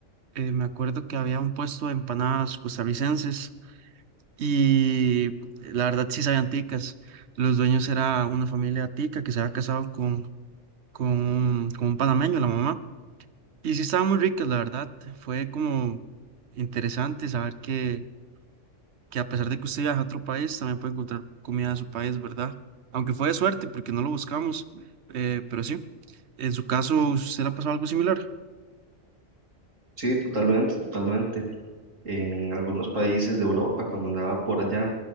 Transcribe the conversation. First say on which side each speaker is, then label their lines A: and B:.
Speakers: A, on the right; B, on the right.
A: eh, me acuerdo que había un puesto de empanadas costarricenses y la verdad sí sabían ticas. Los dueños era una familia tica que se había casado con, con un, con un panameño, la mamá Y sí estaban muy ricas, la verdad. Fue como interesante saber que, que a pesar de que usted viaja a otro país, también puede encontrar comida de su país, ¿verdad? Aunque fue de suerte, porque no lo buscamos, eh, pero sí. En su caso, ¿usted le ha pasado algo similar?
B: Sí, totalmente, totalmente. En algunos países de Europa, cuando andaba por allá,